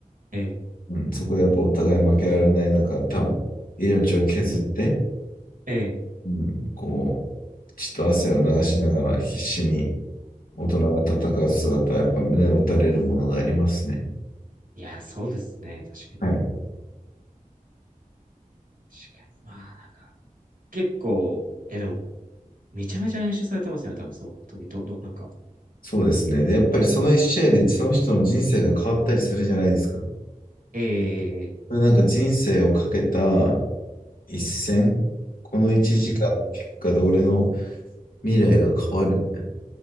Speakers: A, on the right; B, on the left.
A: ええ、
B: うん、そこでやっぱお互い負けられない中、多分命を削って、
A: ええ。
B: うん、こう、血と汗を流しながら必死に大人が戦う姿、やっぱ胸を打たれるものがありますね。
A: いや、そうですね。確かに。
B: はい。
A: 確かに。まあ、結構、え、でも、めちゃめちゃ練習されてますよね。多分、そう、時、ど、ど、なんか。
B: そうですね。で、やっぱりその一試合でその人の人生が変わったりするじゃないですか。
A: ええ、ええ、
B: これなんか人生をかけた一戦、この一時間の結果で俺の
A: うん、うん、
B: 未来が変わるみたいな。